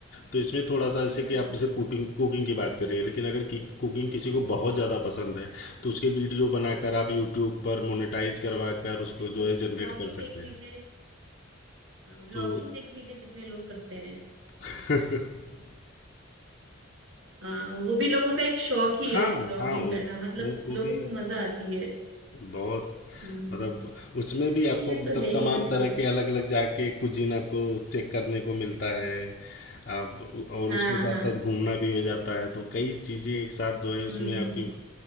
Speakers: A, on the left (about 45°); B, on the right (about 70°).
A: तो इसमें थोड़ा-सा
B: हम्म
A: जैसे कि
B: हम्म
A: आप जैसे
B: हम्म।
A: कुकिंग कुकिंग की बात कर रही हैं, लेकिन अगर कि कुकिंग किसी को बहुत ज़्यादा पसंद है, तो उसके वीडियो बनाकर आप यूट्यूब पर मोनेटाइज़ करवाकर उसको
B: बिल्कुल
A: जो है
B: बिल्कुल
A: जनरेट
B: व्लॉगिंग
A: कर सकते
B: देख
A: हैं।
B: लीजिए व्लॉगिंग
A: तो
B: देख लीजिए कितने लोग करते हैं
A: <laughs>
B: हाँ, वो भी लोगों का एक शौक ही
A: हाँ,
B: है ब्लॉगिंग
A: हाँ, वो
B: करना मतलब
A: वो वो
B: लोगों
A: भी
B: को मजा आती है
A: बहुत
B: हम्म,
A: मतलब उसमें भी
B: नहीं
A: आपको
B: ये
A: मतलब
B: तो है
A: तमाम
B: ही मतलब
A: तरह के अलग अलग जाके कुजीन आपको चेक करने को मिलता है आप और
B: हाँ
A: उसके साथ
B: हाँ
A: साथ घूमना भी हो जाता है तो कई चीज़ें एक साथ जो है
B: हम्म
A: उसमें आपकी
B: हम्म